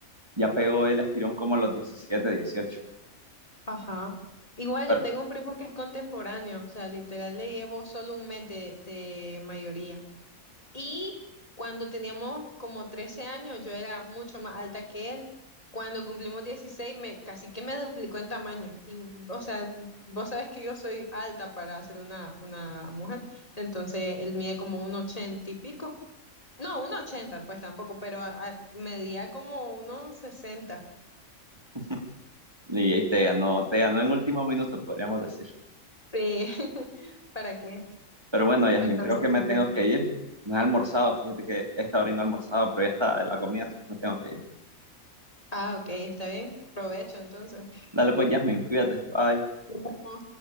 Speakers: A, on the right (about 20°); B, on the left (about 25°).
A: ya pegó el estirón como a los 17, 18.
B: Ajá. Igual
A: Pero,
B: yo tengo un primo que es contemporáneo, o sea, literal le llevo solo un mes de, de mayoría. Y cuando teníamos como 13 años, yo era mucho más alta que él. Cuando cumplimos 16, me, casi que me duplicó en tamaño. Y, o sea, vos sabes que yo soy alta para ser una, una mujer, entonces él mide como un 80 y pico. No, un 80 pues tampoco, pero a- a- medía como unos sesenta.
A: <laughs> y ahí te ganó, te ganó en último minuto, podríamos decir.
B: Sí, <laughs> ¿para qué?
A: Pero bueno, Yasmin,
B: Entonces,
A: creo que me
B: interesante.
A: tengo que ir. No he almorzado, fíjate que esta hora y no he almorzado, pero ya está la comida, así que me tengo que ir.
B: Ah, ok, está bien. Provecho entonces.
A: Dale pues, Yasmin, cuídate, bye.
B: Ujú.